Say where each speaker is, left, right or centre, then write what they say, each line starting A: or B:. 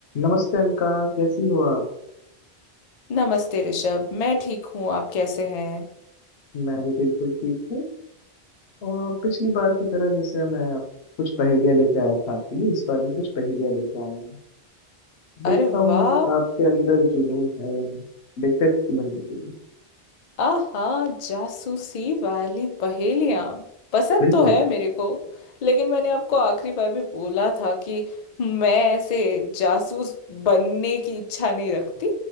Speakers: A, on the left; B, on the left.
A: नमस्ते अनका कैसी हो आप
B: नमस्ते ऋषभ मैं ठीक हूँ आप कैसे हैं
A: मैं भी बिल्कुल ठीक हूँ और पिछली बार की तरह जैसे मैं आप- कुछ पहेलियाँ लेके आया था आपके लिए इस बार भी कुछ पहेलियाँ लेके आया हूँ देखता
B: अरे
A: हूँ
B: वाह
A: आपके अंदर जुनून है या नहीं देखते कि बनने के लिए
B: आहा जासूसी वाली पहेलियाँ पसंद
A: बिल्कुल
B: तो है मेरे को लेकिन मैंने आपको आखिरी बार भी बोला था कि मैं ऐसे जासूस बनने की इच्छा नहीं रखती